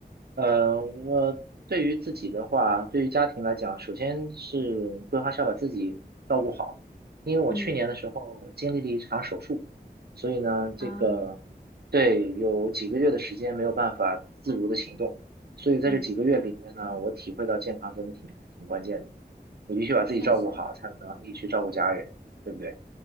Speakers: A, on the right; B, on the left.
A: 呃，我对于自己的话，对于家庭来讲，首先是规划是要把自己照顾好，因为我去年的时候经历了一场手术，
B: 嗯
A: 所以呢，
B: 啊，
A: 这个对有几个月的时间没有办法自如的行动，所以在这几个月里面呢，
B: 嗯，
A: 我体会到健康真的挺挺关键的，你必须把自己照顾好，
B: 确实，
A: 才有能力去照顾家人，对不对？